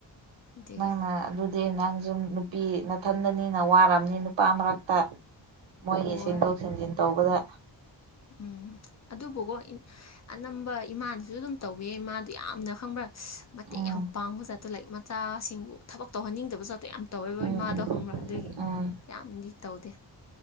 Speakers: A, on the left (about 40°); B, on the right (about 75°).
A: ꯑꯗꯒꯤ
B: ꯅꯪꯅ ꯑꯗꯨꯗꯤ ꯅꯪꯁꯨ ꯅꯨꯄꯤ ꯅꯥꯊꯟꯗꯅꯤꯅ ꯋꯥꯔꯝꯅꯤ ꯅꯨꯄꯥ ꯃꯔꯛꯇ ꯃꯣꯏꯒꯤ
A: ꯍꯣꯏ
B: ꯁꯦꯡꯗꯣꯛ ꯁꯦꯡꯖꯤꯟ ꯇꯧꯕꯗ
A: ꯎꯝ ꯑꯗꯨꯕꯨꯀꯣ ꯏꯃꯥꯟ ꯑꯅꯝꯕ ꯏꯃꯥꯟꯁꯨ ꯑꯗꯨꯝ ꯇꯧꯕꯤ ꯃꯥꯗꯨ ꯌꯥꯝꯅ ꯈꯪꯕ꯭ꯔꯥ ꯃꯇꯦꯡ
B: ꯎꯝ
A: ꯌꯥꯝ ꯄꯥꯡꯕ ꯖꯥꯠ ꯑꯣ ꯂꯥꯏꯛ ꯃꯆꯥꯁꯤꯡꯕꯨ ꯊꯕꯛ ꯇꯧꯍꯟꯅꯤꯡꯗꯕ ꯖꯥꯠꯇꯣ ꯌꯥꯝ ꯇꯧꯋꯦꯕ
B: ꯎꯝ ꯎꯝ
A: ꯏꯃꯥꯗꯣ ꯈꯪꯕ꯭ꯔꯥ ꯑꯗꯨꯒꯤ
B: ꯎꯝ
A: ꯌꯥꯝꯗꯤ ꯇꯧꯗꯦ